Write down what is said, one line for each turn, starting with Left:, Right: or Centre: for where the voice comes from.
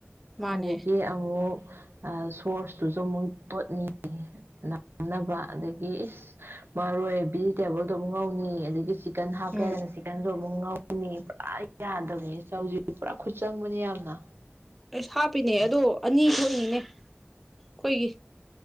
Centre: ꯃꯥꯅꯦ
Right: ꯑꯗꯒꯤ ꯑꯃꯨꯛ ꯑ‌ ꯁꯣꯔꯁꯇꯨꯁꯨ ꯑꯃꯨꯛ ꯇ‌ꯣꯠꯅꯤ ꯅꯝꯅꯕ ꯑꯗꯒꯤ ꯏꯁ ꯃꯔꯣꯏ ꯚꯤꯖꯤꯇꯦꯕꯜꯗꯨ ꯑꯃꯨꯛ ꯉꯧꯅꯤ ꯑꯗꯒꯤ ꯆꯤꯛꯀꯟ ꯍꯥꯞ
Centre: ꯎꯝ
Right: ꯀꯥꯏꯗꯅ ꯆꯤꯛꯀꯟꯗꯨ ꯑꯃꯨꯛ ꯉꯧꯅꯤ ꯄꯨꯔꯥ ꯌꯥꯗꯕꯅꯦ ꯆꯧꯖꯤ ꯄꯨꯔꯥ ꯈꯨꯠꯆꯪꯕꯅꯤ ꯌꯥꯝꯅ
Centre: ꯑꯁ ꯍꯥꯞꯄꯤꯅꯦ ꯑꯗꯣ ꯑꯅꯤ ꯊꯣꯛꯏꯅꯤꯅꯦ ꯑꯩꯈꯣꯏꯒꯤ